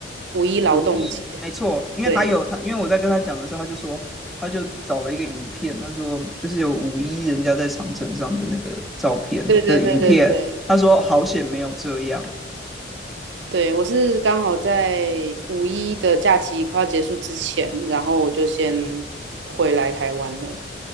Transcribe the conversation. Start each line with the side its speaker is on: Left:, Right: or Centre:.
Right: 五一劳动节。
Centre: 五一，没错，因为他有他，
Right: 对，
Centre: 因为我在跟他讲的时候，他就说，他就找了一个影片，他说就是有五一人家在长城上的那个照片的影片，
Right: 对对对对对。
Centre: 他说好险没有这样。
Right: 对，我是刚好在五一的假期快要结束之前，然后我就先回来台湾了，